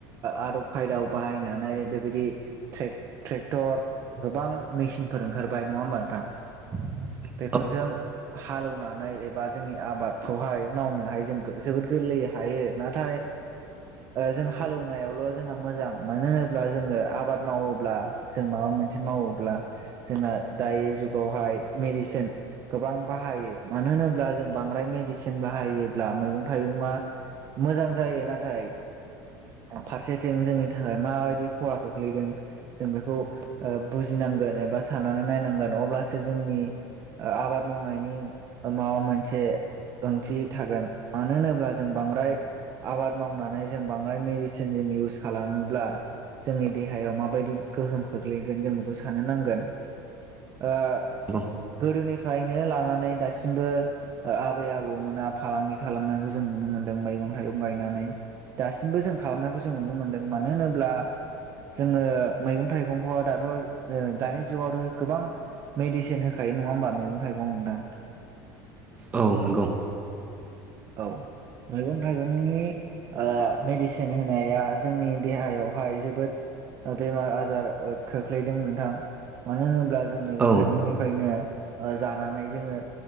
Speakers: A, on the right; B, on the right.
A: आदब खायदायाव बाहायनानै बेबायदि ट्रेक्टर गोबां मेसिनफोर ओंखारबाय नङा होमबा नोंथां
B: <inaudible>
A: बेफोरजों हालौवनानै एबा जोंनि आबादखौहाय मावनोहाय जों जोबोद गोरलै हायो नाथाय जों हालेवनायावल' जोंहा मोजां मानो होनोब्ला जोङो आबाद मावोब्ला जों माबा मोनसे मावोब्ला जोंहा दायो जुगावहाय मेडिसिन गोबां बाहायो मानो होनोब्ला जों बांद्राय मेडिसिन बाहायोब्ला मैगं थाइगंङा मोजां जायो नाथाय फारसेथिं जोंनि थाखाय माबायदि खहा खोख्लैदों जों बेखौ बुजिनांगोन एबा साननानै नायनांगोन अब्लासो जोंनि आबाद मावनायनि माबा मोनसे ओंथि थागोन मानो होनोब्ला जों बांद्राय आबाद आबाद मावनानै जों बांद्राय मेडिसिन जों इउस खालामोब्ला जोंनि देहायाव माबायदि गोहोम खख्लैगोन जों बेखौ सान नांगोन। ओ
B: नंगौ
A: गोदोनिफ्रायनो लानानै दासिमबो आबै आबौमोना फालांगि खालामनायखौ जों नुनो मोन्दों मैगं थाइगं गायनानै। दासिमबो जों खालामनायखौ जों नुनो मोनदों मानो होनोब्ला जोङो मैगं थाइगंखौ दाथ' ओ दानि जुगावथ' गोबां मेडिसिन होखायो नङा होनोमबा मैगं थाइगं दा
B: औ नंगौ।
A: औ मैगं थाइगंनि ओ मेडिसिन होनाया जोंनि देहायावहाय जोबोद बेमार आजार खोख्लैदों नोंथां। मानो होनोब्ला जों मैगं
B: औ
A: थाइगंनिफ्रायनो जानानै जोङो